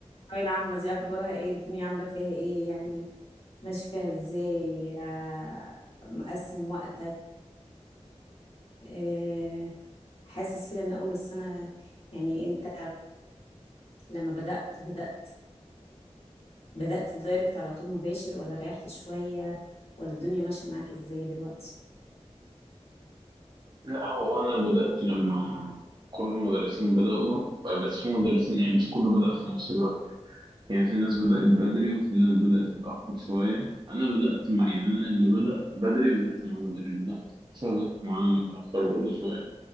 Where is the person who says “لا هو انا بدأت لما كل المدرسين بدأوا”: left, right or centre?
Right